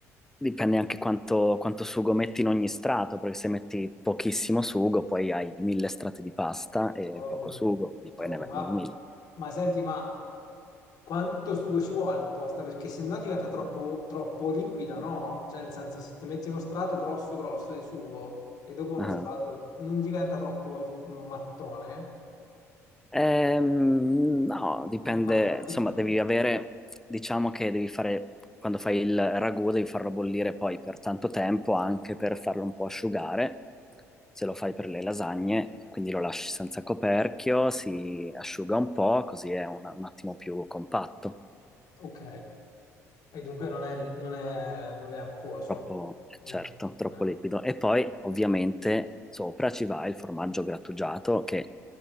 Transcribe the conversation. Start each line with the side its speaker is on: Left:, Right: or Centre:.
Centre: dipende anche quanto, quanto sugo metti in ogni strato, perché se metti pochissimo sugo, poi hai mille strati di pasta e
Left: ovvio,
Centre: poco sugo, quindi
Left: ovvio,
Centre: poi ne vengono
Left: ma,
Centre: mille.
Left: ma senti, ma quanto sugo ci vuole apposta? Perché se no diventa troppo, troppo liquida, no? Cioè, nel senso, se ti metti uno strato grosso grosso di sugo e dopo uno
Centre: Ah.
Left: strato non diventa troppo mm, mattone?
Centre: Ehm,
Left: un
Centre: no, dipende,
Left: un pasticcio.
Centre: insomma, devi avere, diciamo che devi fare, quando fai il ragù, devi farlo bollire poi per tanto tempo, anche per farlo un po' asciugare, se lo fai per le lasagne, quindi lo lasci senza coperchio, si asciuga un po', così è un, un attimo più compatto,
Left: Ok, e dunque non è, non è, non è acquoso.
Centre: troppo, eh,
Left: No,
Centre: certo, troppo
Left: non è-
Centre: liquido. E poi, ovviamente, sopra ci va il formaggio grattugiato, che,